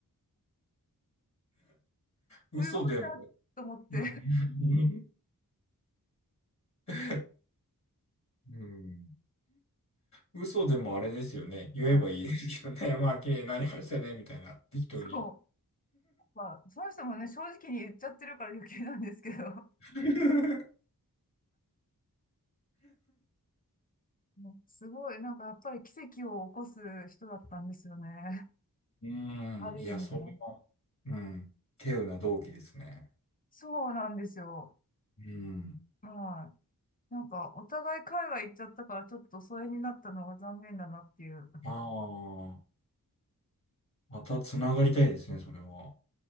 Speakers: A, on the left (about 50°); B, on the left (about 25°).
A: う、
B: すごいなと思って。
A: 嘘でも。うん。<laughs> うん嘘でもあれですよね。
B: <laughs>
A: 言えばいいですけどね。
B: うん、
A: まあ、綺麗になりましたね、みたいな。適当に。
B: そう。まあ、その人もね、正直に言っちゃってるから余計なんですけど。
A: <laughs>
B: もうすごい、なんかやっぱり奇跡を起こす人だったんですよね。
A: うん。
B: ある意味ね。
A: いや、それは、うん。稀有な動機ですね。
B: そうなんですよ。
A: うん。
B: はい。なんかお互い海外行っちゃったからちょっと疎遠になったのが残念だなっていう。
A: ああ、また繋がりたいですね、それは。